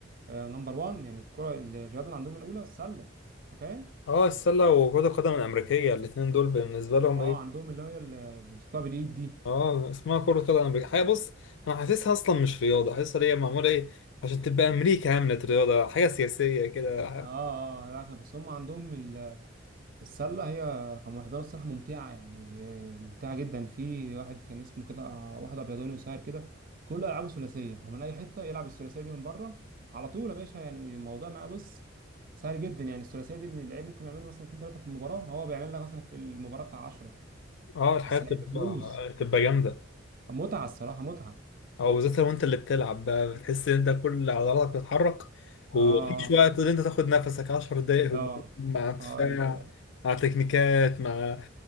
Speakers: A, on the right; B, on the left.
A: آه نمبر 1 يعني الكوره الرياضه اللي عندهم الاولى السله انت فاهم
B: اه السله وكرة القدم الامريكيه الاثنين دول بالنسبه لهم
A: اه
B: ايه
A: عندهم اللي هي اللي بيمسكوها بالايد دي
B: اه اسمها كرة قدم امريكيه حاجه بص انا حاسسها اصلا مش رياضه حاسسها هي معموله ايه عشان تبقى امريكا عملت رياضه حاجه سياسيه كده
A: اه اه آه، لا بس هم عندهم السلة هي رقم واحد رياضة الصراحة ممتعة يعني آه، ممتعة جدا في واحد كان اسمه كده آه، واحد أبيضاني قصير كده كل ألعابه ثلاثية هو من أي حتة يلعب الثلاثية دي من بره على طول يا باشا يعني الموضوع معاه بص سهل جدا يعني الثلاثية دي اللي اللعيب ممكن يعمل له مثلا اتنين تلاتة في المباراة هو بيعمل لك مثلا في المباراة بتاع عشرة
B: اه الحياة
A: بس
B: بتبقى
A: اللعيب بفلوس
B: بتبقى جامدة
A: متعة الصراحة متعة
B: او بالذات لو انت اللي بتلعب بقى بتحس ان انت كل عضلاتك بتتحرك ومفيش
A: اه
B: وقت ان انت تاخد نفسك 10 دقايق هجوم
A: ده
B: مع دفاع
A: اه ال-
B: مع تكنيكات مع